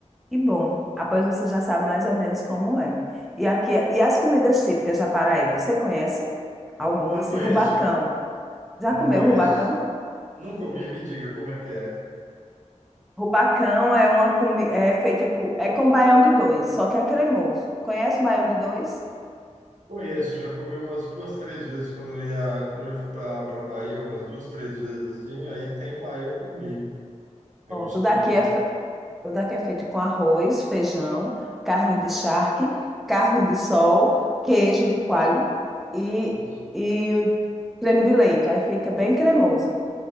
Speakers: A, in the centre; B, on the right (about 80°).
A: que bom. Após você já sabe mais ou menos como é. E aqui, e as comidas típicas da Paraíba, você conhece? Alguma
B: Não
A: assim?
B: conheço,
A: Rubacão. Já
B: não
A: comeu
B: conheço.
A: rubacão?
B: Não comi, me diga como é que é.
A: Rubacão é uma comi- é feita com, é com baião de dois, só que é cremoso. Conhece o baião de dois?
B: Conheço, já comi umas duas, três vezes quando eu ia. Eu já fui para para Bahia umas duas, três vezes assim, aí tem lá e eu comi. É
A: Pronto,
B: gostoso,
A: o daqui
B: hein?
A: é, fe- o daqui é feito com arroz, feijão, carne de charque, carne de sol, queijo de coalho e,
B: Ixi.
A: e creme de leite. Aí fica bem cremoso.